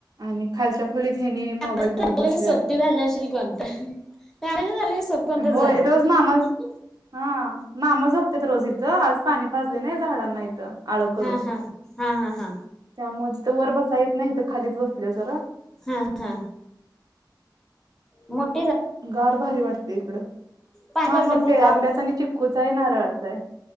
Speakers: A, on the right; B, in the centre.
A: आणि खालच्या खोलीत
B: <unintelligible>
A: हेनी मोबाईल बघत बसल्यात होय रोज मामा हा मामा झोप असतेत रोज इथं आज पाणी पाजले नाही झाडांनाही आळ करून
B: हा हा हा हा हा
A: त्यामध्ये तर वर बसता येत नाही तर खालीच बसली जरा
B: हा हा मुट
A: गार भारी वाट ते इकडं
B: पाणी
A: हा
B: पाजल्यामुळे
A: मोठ्ठे आंब्याचा आणि चिक्कूचा आहे नारळ <unintelligible>